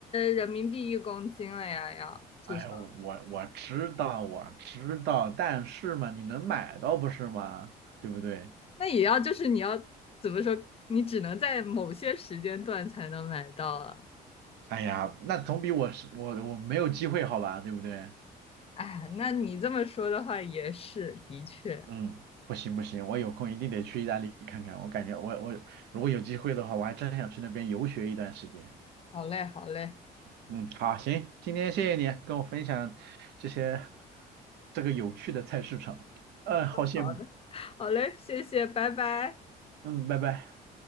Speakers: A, on the left; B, on the right.
A: 人民币一公斤了呀，要。至少。
B: 哎呦，我我知道我知道，但是嘛，你能买到不是吗？对不对？
A: 那也要就是你要怎么说，你只能在某些时间段才能买到啊。
B: 哎呀，那总比我是我我没有机会好吧，对不对？
A: 哎，那你这么说的话也是，的确，
B: 嗯，不行不行，我有空一定得去意大利看看。我感觉我我如果有机会的话，我还真想去那边游学一段时间。
A: 好嘞，好嘞，
B: 嗯，好，行，今天谢谢你跟我分享这些这个有趣的菜市场。嗯、好羡慕。
A: 好嘞，好嘞，谢谢，拜拜。
B: 嗯，拜拜。